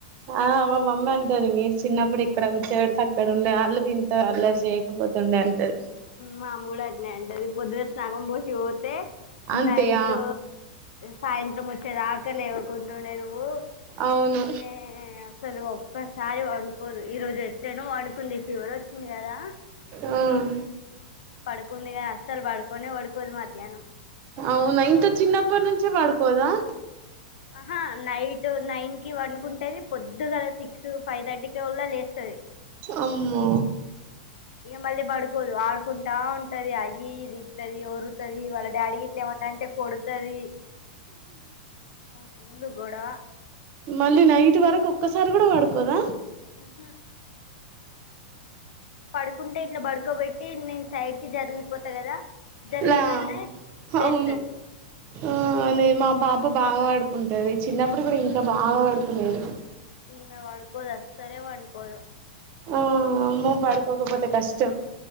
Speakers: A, on the right (about 40°); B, on the left (about 75°).
A: ఆ అ మమ్మి అంటది మీరు చిన్నప్పుడు ఇక్కడ కూర్చోబడితే అక్కడ ఉండే వాళ్ళు ఇంత అల్లరి చేయ బోతుండె అంటది
B: మామూలు అట్నే అంటది పొద్దున స్నానం పోతే
A: అంతే
B: నైట్
A: ఆ
B: సాయంత్రం వచ్చేదాకా లేవ్వకుంటుండే నువ్వు
A: అవును
B: ఈమె అసలు ఒక్కసారి పడుకోదు ఈ రోజు ఎట్లేనో పండుకుంది ఫీవర్ వచ్చింది కదా
A: ఉమ్
B: పడుకుందిగా అసలు పడుకోనే పడుకోదు మధ్యాహ్నం
A: అవునా ఇంత చిన్నప్పటి నుంచే పడుకోదా
B: ఆహా నైట్ నైన్కి వన్కుంటేది పొద్దుల సిక్స్ ఫైవ్ థర్టీ కవోల్ల లేస్తది
A: ఆమ్మో
B: ఇక మళ్ళీ పడుకోదు ఆడుకుంటా ఉంటది అయి ఇయి ఇస్తది వోరుతది వాళ్ళ డాడీ ఇట్లా ఏమనంటే కొడు తది ఫుల్ గొడవ,
A: మళ్ళీ నైట్ వరకు ఒక్కసారి కూడా వాడుకోద
B: ఆహా పడుకుంటే ఇట్లా పడుకోబెట్టి నేను సైడ్కిి జరిగిపోతా కదా జరగగానే
A: లా
B: లేస్తది
A: అవును ఆ అదే మా పాప బాగ పడుకుంటది చిన్నప్పుడు కూడా ఇంకా బాగా వాడుకునేది
B: ఈమె పడుకోదు అసలే <unintelligible> డుకోదు
A: ఆ అమ్మో పాడుకోకపోతే కష్టం